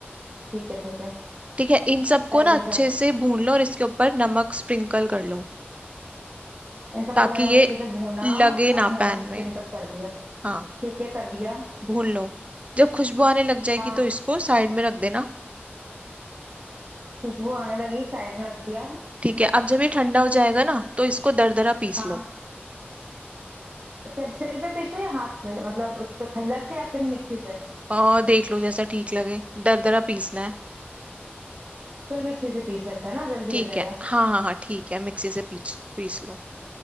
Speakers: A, on the right; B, on the right.
A: ठीक है ठीक है
B: ठीक है इन सबको
A: डाल
B: ना
A: दिया
B: अच्छे
A: सब
B: से भून लो और इसके ऊपर नमक स्प्रिंकल कर लो
A: इन सबको
B: ताकि
A: मैंने अब
B: ये
A: अच्छे से भूना
B: लगे ना
A: अब नमक
B: पैन
A: स्प्रिंकल
B: में
A: कर दिया
B: हाँ
A: ठीक है कर दिया
B: भून लो जब खुशबू आने लग जाएगी
A: हाँ
B: तो इसको साइड में रख देना
A: खुशबू आने लगी साइड में रख दिया
B: ठीक है अब जब ये ठंडा हो जाएगा ना तो इसको दरदरा पीस
A: हाँ
B: लो
A: कैसे सिल पे पीसूं या हाथ से मतलब उस पे खल्लर से या फिर मिक्सी से
B: और देख लो जैसा ठीक लगे दरदरा पीसना है
A: चल मिक्सी से पीस लेते हैं ना जल्दी
B: ठीक
A: हो जाएगा
B: है हाँ हाँ हाँ ठीक है मिक्सी से पीस पीस लो